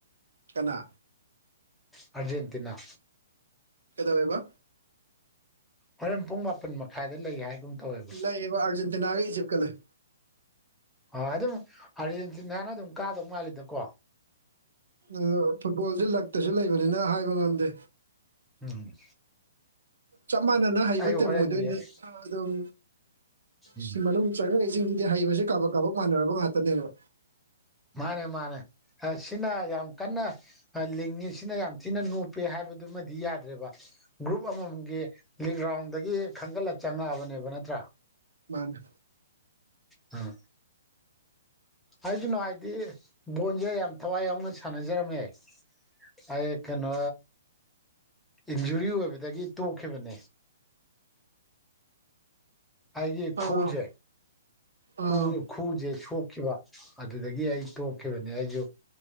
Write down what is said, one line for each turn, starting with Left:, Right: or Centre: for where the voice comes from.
Right: ꯀꯅꯥ
Centre: ꯑꯔꯖꯦꯟꯇꯤꯅꯥ
Right: ꯀꯩꯗꯧꯋꯦꯕ
Centre: ꯍꯣꯔꯦꯟ ꯄꯨꯡ ꯃꯥꯄꯟ ꯃꯈꯥꯏꯗ ꯂꯩ ꯍꯥꯏꯒꯨꯝ ꯇꯧꯋꯦꯕ
Right: ꯂꯩꯌꯦꯕ ꯑꯔꯖꯦꯟꯇꯤꯅꯥꯒ ꯏꯖꯤꯞꯠ ꯀ ꯂꯩ
Centre: ꯑ ꯑꯗꯨꯝ ꯑꯥꯔꯖꯦꯟꯇꯤꯅꯥꯅ ꯑꯗꯨꯝ ꯀꯥꯗꯧ ꯃꯥꯜꯂꯤꯗꯀꯣ
Right: ꯎꯂꯥ ꯐꯨꯠꯕꯣꯜꯁꯦ ꯂꯛꯇꯁꯨ ꯂꯩꯕꯅꯤꯅ ꯍꯥꯏꯕ ꯉꯝꯗꯦ
Centre: ꯎꯝ
Right: ꯆꯞ ꯃꯥꯟꯅꯅ ꯍꯩꯕ
Centre: ꯑꯩ
Right: ꯇꯤꯝ‌
Centre: ꯍꯣꯔꯦꯟ
Right: ꯑꯣꯏꯗꯣꯏꯅꯤ
Centre: ꯌꯦꯡ
Right: ꯑꯗꯨꯝ
Centre: ꯎꯝ
Right: ꯁꯤ ꯃꯅꯨꯡ ꯆꯪꯉꯛꯏꯖꯤꯡꯖꯤꯗꯤ ꯍꯩꯕꯖꯦ ꯀꯥꯕꯛ ꯀꯥꯕꯛ ꯃꯥꯟꯅꯔꯕ ꯉꯥꯛꯇꯅꯦꯕ
Centre: ꯃꯥꯅꯦ ꯃꯥꯅꯦ ꯑ ꯁꯤꯅ ꯌꯥꯝ ꯀꯟꯅ ꯑ ꯂꯤꯡꯉꯤꯁꯤꯅ ꯌꯥꯝ ꯊꯤꯅ ꯅꯣꯞꯄꯦ ꯍꯥꯏꯕꯗꯨꯃꯗꯤ ꯌꯥꯗ꯭ꯔꯦꯕ ꯒ꯭ꯔꯨꯞ ꯑꯃꯃꯝꯒꯤ ꯂꯤꯛꯒ꯭ꯔꯥꯎꯟꯗꯒꯤ ꯈꯟꯒꯠꯂ ꯆꯪꯉꯛꯑꯕꯅꯦꯕ ꯅꯠꯇ꯭ꯔꯥ
Right: ꯃꯥꯅꯦ
Centre: ꯎꯝ ꯍꯥꯏꯖꯅꯣ ꯍꯥꯏꯗꯤ ꯕꯣꯟꯖꯦ ꯌꯥꯝ ꯊꯋꯥꯏ ꯌꯥꯎꯅ ꯁꯥꯟꯅꯖꯔꯝꯃꯦ ꯑꯩ ꯀꯩꯅꯣ ꯏꯟꯖꯨꯔꯤ ꯑꯣꯏꯕꯗꯒꯤ ꯇꯣꯛꯈꯤꯕꯅꯦ ꯍꯥꯏꯗꯤ ꯈꯨꯖꯦ
Right: ꯑꯥ ꯑꯥ
Centre: ꯈꯨ ꯈꯨꯖꯦ ꯁꯣꯛꯈꯤꯕ ꯑꯗꯨꯗꯒꯤ ꯑꯩ ꯇꯣꯛꯈꯤꯕꯅꯦ ꯑꯩꯖꯨ